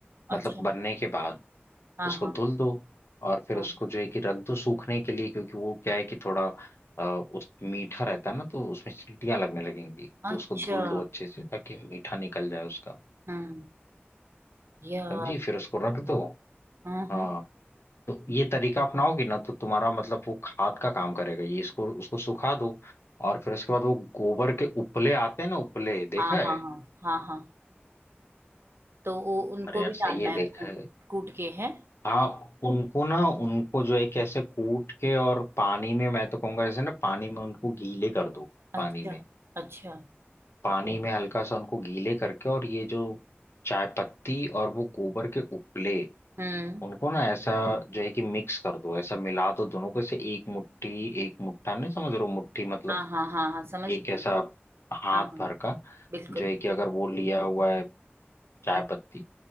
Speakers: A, on the left; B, on the right.
A: मतलब
B: अच्छा
A: बनने के बाद
B: हाँ
A: उसको
B: हाँ
A: धुल दो और फिर
B: हाँ
A: उसको जो है कि रख दो सूखने के लिए क्योंकि वो क्या है कि थोड़ा अ, उस मीठा रहता है ना तो उसमें चींटियां लगने लगेंगी तो
B: अच्छा
A: उसको धुल दो अच्छे से ताकि मीठा निकल जाए उसका
B: हम्म यार
A: समझी फिर उसको रख दो
B: हाँ हाँ
A: हाँ तो ये तरीका अपनाओगी ना तो तुम्हारा मतलब वो खाद का काम करेगा ये इसको उसको सुखा दो और फिर उसके बाद वो गोबर के उपले आते हैं ना उपले देखा
B: हाँ
A: है
B: हाँ हाँ हाँ हाँ तो वो उनको
A: अरे यार
B: भी
A: सही
B: डालना
A: है
B: है
A: देखा
B: कूट
A: है
B: कूट के है
A: हाँ उनको ना उनको जो है कि ऐसे कूट के और पानी में मैं तो कहूंगा जैसे ना पानी में उनको गीले कर दो पानी
B: अच्छा
A: में
B: अच्छा
A: पानी में हल्का सा उनको गीले करके और ये जो चाय पत्ती और वो गोबर के उपले
B: हम्म
A: उनको ना ऐसा जो है कि मिक्स कर दो ऐसा मिला दो दोनों को ऐसे एक मुट्ठी एक मुट्ठा नहीं समझ रहे हो मुट्ठी मतलब
B: हाँ हाँ हाँ हाँ समझ
A: एक
B: गई
A: ऐसा हाथ
B: हाँ हाँ
A: भर का
B: बिल्कुल
A: जो है कि अगर वो लिया हुआ है चाय
B: हाँ
A: पत्ती